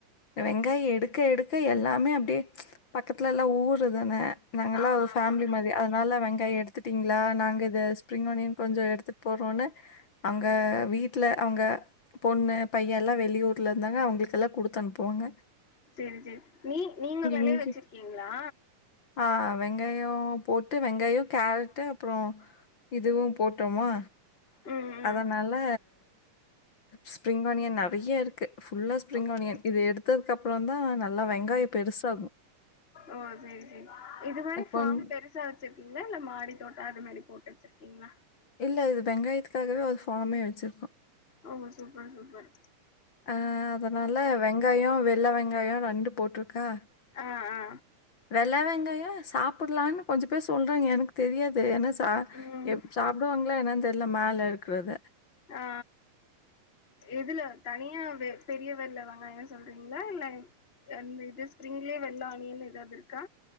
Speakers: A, on the left; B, on the left.
A: வெங்காய் எடுக்க எடுக்க எல்லாமே அப்டியே பக்கத்துல எல்லா ஊரு தான நாங்க எல்லா
B: ஆமா
A: ஒரு ஃபேமிலி
B: ஆமா
A: மாரி அதுனால வெங்காய எடுத்துட்டீங்களா நாங்க இத ப்ரிங் அனியன் கொஞ்சோ எடுத்துட்டு போறோன்ன அங்க வீட்டல அங்க பொண்ணு பைய எல்லா வெளியூர்ல இருந்தாங்க அவங்களுக்கெல்லா குடுத்தனுப்புவாங்க
B: செரி செரி நீ நீங்க வெளைய
A: இங்கே
B: வச்சிருக்கீங்ளா
A: ஆ வெங்காய போட்டு வெங்காய கேரட்டு் அப்பறோ இதுவு போட்டோமா
B: ம் ம்
A: அதனால ஸ்பிரிங் ஆனியன் நெறைய இருக்கு ஃபுல்லா ஸ்பிரிங்
B: ஓகே
A: ஆனியன் இத எடுத்ததுக்கு அப்ரோ தா நல்லா வெங்காயம் பெருசாகு
B: ஓ செரி செரி இது மாரி ஃபார்ம்
A: கொஞ்
B: பெருசா வச்சிருக்கீங்களா இல்ல மாடி தோட்ட அது மாரி போட்டு வச்சிருக்கீங்ளா
A: இல்ல இது வெங்காயத்துக்காகவே ஒரு ஃபார்மே வச்சிருக்கோ
B: ஓ சூப்பர் சூப்பர்
A: ஆ அதனால வெங்காயம் வெள்ள வெங்காயம் ரெண்டு போட்ருக்கா
B: ஆ ஆ
A: வெள்ள வெங்காயம் சாப்புட்லான்னு கொஞ்ச பேர் சொல்றங்க எனக்கு தெரியாது ஏனா சா
B: ம்
A: எப் சாப்டுவாங்களானு என்ன தெரில மேல இருக்குறத
B: ஆ எதுல தனியாவே பெரிய வெள்ள வெங்காய சொல்றீங்களா இல்ல அந்த இது ஸ்ப்ரிங்லயே வெள்ள ஆனியன் எதாவது இருக்கா